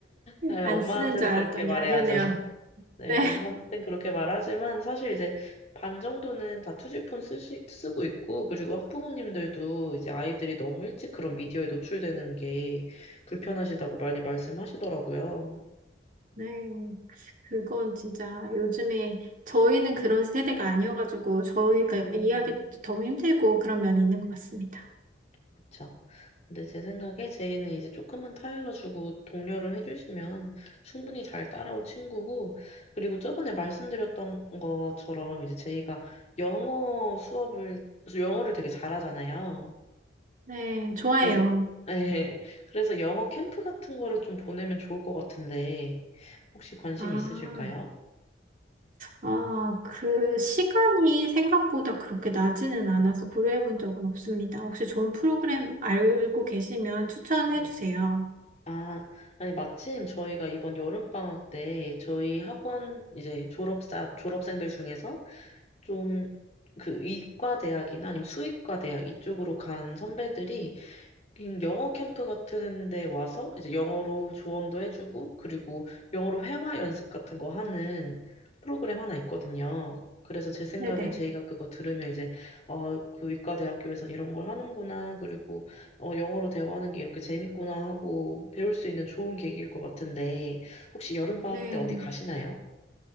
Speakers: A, on the left; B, on the right.
A: 네,
B: 안
A: 엄마한테는
B: 쓰는 줄 알았더니
A: 그렇게 말해야죠.
B: 아니었네요.
A: <laughs> 네,
B: 네.
A: 엄마한테는 그렇게 말하지만 사실 이제 반 정도는 다 투지폰 쓰시, 쓰고 있고 그리고 학부모님들도 이제 아이들이 너무 일찍 그런 미디어에 노출되는 게 불편하시다고 많이 말씀하시더라고요.
B: 네. 그건 진짜 요즘에 저희는 그런 세대가 아니어가지고 저희가
A: 음,
B: 이해하기도 너무 힘들고 그런 면이 있는 것 같습니다.
A: 그쵸. 근데 제 생각에 제이는 이제 조금만 타일러 주고 독려를 해주시면 충분히 잘 따라올 친구고, 그리고 저번에 말씀드렸던 것처럼 이제 제이가 영어 수업을, 영어를 되게 잘하잖아요.
B: 네, 좋아요.
A: 네. 네. 그래서 영어 캠프 같은 거를 좀 보내면 좋을 것 같은데, 혹시 관심
B: 아.
A: 있으실까요?
B: 아, 그 시간이 생각보다 그렇게 나지는 않아서 고려해 본 적은 없습니다. 혹시 좋은 프로그램 알고 계시면 추천해
A: 네.
B: 주세요.
A: 아, 아니, 마침 저희가 이번 여름방학 때 저희 학원 이제 졸업사, 졸업생들 중에서 좀 그 의과 대학이나 아니면 수의과 대학 이쪽으로 간 선배들이 그냥 영어 캠프 같은 데 와서 이제 영어로 조언도 해주고 그리고 영어로 회화 연습 같은 거 하는 프로그램 하나 있거든요. 그래서 제 생각엔
B: 네네.
A: 제이가 그거 들으면 이제 아, 그 의과 대학교에선 이런 걸 하는구나. 그리고 어, 영어로 대화하는 게 이렇게 재밌구나 하고 배울 수 있는 좋은 계기일 것 같은데 혹시 여름방학
B: 네.
A: 때 어디 가시나요?